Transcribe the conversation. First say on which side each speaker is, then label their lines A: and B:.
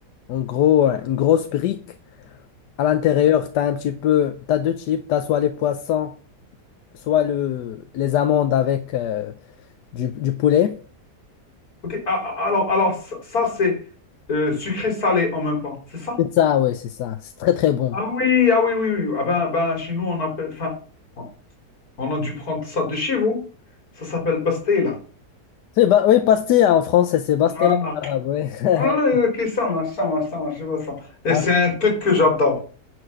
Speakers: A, on the left; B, on the left.
A: en gros euh, une grosse brique. À l'intérieur, tu as un petit peu, tu as deux types. Tu as soit les poissons, soit le, les amandes avec euh, du, du poulet.
B: Ok, a- a- alors, alors ça, ça, c'est euh, sucré-salé en même temps, c'est ça?
A: C'est ça, oui, c'est ça. C'est très, très bon.
B: Ah oui, ah oui, oui, oui. Ah ben, ben, chez nous, on appelle, enfin, on on a dû prendre ça de chez vous. Ça s'appelle pastela.
A: C'est ba- Oui, pastille en français, c'est pastilla
B: Voilà.
A: en arabe, oui. <laughs>
B: Ah, ok, ça marche, ça marche, ça marche, je vois ça. Et
A: Ah,
B: c'est un truc que j'adore.